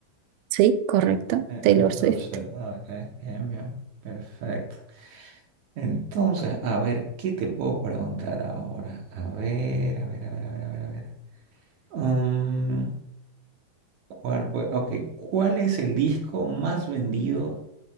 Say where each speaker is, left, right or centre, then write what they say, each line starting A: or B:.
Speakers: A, on the right (about 80°); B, on the right (about 70°).
A: Sí, correcto.
B: Eh,
A: Taylor
B: eh, Taylor
A: Swift.
B: Swift, ah, ok, bien, bien, perfecto. Entonces, a ver, ¿qué te puedo preguntar ahora? A ver, a ver, a ver, a ver, a ver, a ver. Mm, ¿cuál, pue- ok, ¿cuál es el disco más vendido